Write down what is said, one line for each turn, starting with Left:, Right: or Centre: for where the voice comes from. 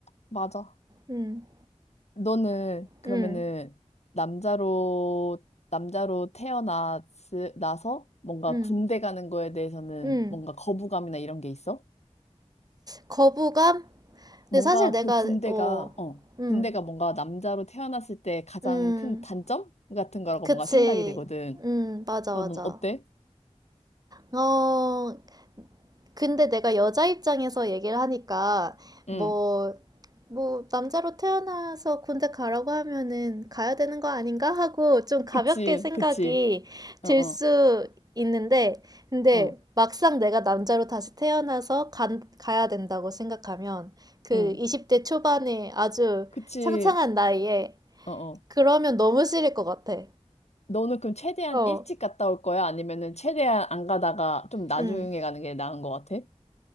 Left: 맞아.
Right: 음,
Left: 너는 그러면은
Right: 음,
Left: 남자로, 남자로 태어나서 뭔가
Right: 음,
Left: 군대 가는 거에 대해서는
Right: 음.
Left: 뭔가 거부감이나 이런 게 있어?
Right: 거부감? 근데
Left: 뭔가
Right: 사실 내가
Left: 그 군대가,
Right: 어,
Left: 어,
Right: 음,
Left: 군대가 뭔가 남자로 태어났을 때 가장
Right: 음,
Left: 큰 단점 같은 거라고
Right: 그치,
Left: 뭔가 생각이 되거든.
Right: 음, 맞아,
Left: 너는
Right: 맞아.
Left: 어때?
Right: 어, 근데 내가 여자 입장에서 얘기를 하니까
Left: 응.
Right: 뭐, 뭐 남자로 태어나서 군대 가라고 하면은 가야 되는 거 아닌가 하고 좀 가볍게
Left: 그치,
Right: 생각이
Left: 그치. 어,
Right: 들
Left: 어,
Right: 수 있는데, 근데
Left: 어,
Right: 막상 내가 남자로 다시 태어나서 간, 가야 된다고 생각하면 그
Left: 응.
Right: 20대 초반에 아주
Left: 그치,
Right: 창창한 나이에
Left: 어, 어.
Right: 그러면 너무 싫을 것 같아.
Left: 너는 그럼 최대한
Right: 어,
Left: 일찍 갔다 올 거야? 아니면은 최대한 안 가다가 좀 나중에
Right: 음.
Left: 가는 게 나은 것 같아?